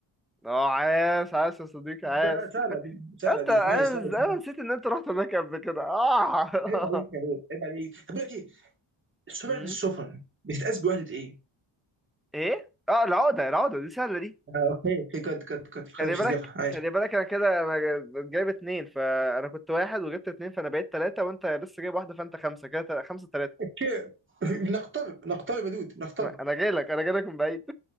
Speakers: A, in the centre; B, on the right.
A: اه عاش عاش يا صديقي عاش
B: ده سهله دي سهله
A: انت
B: دي
A: انا
B: نايس نايس
A: انا نسيت ان انت رحت هناك قبل كده اه
B: عيب عليك يا بيض عيب عليك طب بقول لك ايه سمعه
A: <laughs>
B: السفن بتتقاس بوحده ايه؟
A: ايه اه العقده العقده دي سهله دي
B: آه، اوكي اوكي جد جد جد خلاص
A: خلي
B: مش
A: بالك
B: هتجيبها ماشي
A: خلي بالك انا كده انا جا- جايب اتنين فانا كنت واحد وجبت اتنين فانا بقيت تلاته وانت لسه جايب واحده فانت خمسه كده تل- خمسه تلاته
B: اوكي <laughs> بنقترب نقترب يا دود بنقترب
A: انا أنا جاي لك انا جاي لك من بعيد